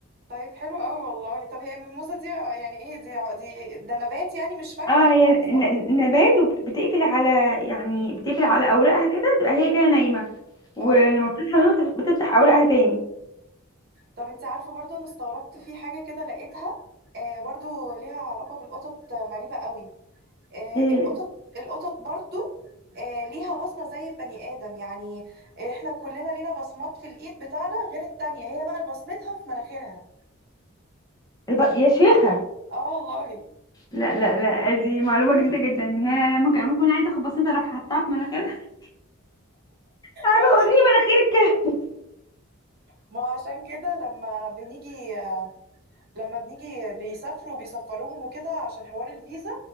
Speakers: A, on the right; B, on the left.
A: طيب حلو قوي والله طب هي الميموزه دي يعني ايه دي دي ده نبات يعني مش فاكهه
B: اه
A: او
B: هي
A: كده
B: ن-
A: صح
B: ن- نبات وبتقفل على يعني بتقفل على أوراقها كده تبقى هي كده نايمة ولما
A: اه
B: بتصحى من النوم بتف- بتفتح أوراقها تاني
A: طب انت عارفة برضه انا استغربت في حاجة كده لقيتها آه برضه ليها علاقة بالقطط آه، غريبة قوي آه
B: إيه،
A: القطط القطط برضه آه ليها بصمة زي البني آدم يعني احنا كلنا لينا بصمات في الايد بتاعنا غير التانية هي بقى بصمتها في مناخيرها
B: الب... يا شيخة
A: اه والله
B: لا لا لا دي معلومة جديدة جدا ان انا ممكن ممكن عايزة اخد بصمتي اروح حطها في مناخيرها <laughs> عارفة
A: ما عشان
B: اوريه مناخيرك <laughs> كده
A: ما عشان كده لما بنيجي آه، لما بنيجي بيسافروا بيسفروهم وكده عشان حوار الفيزا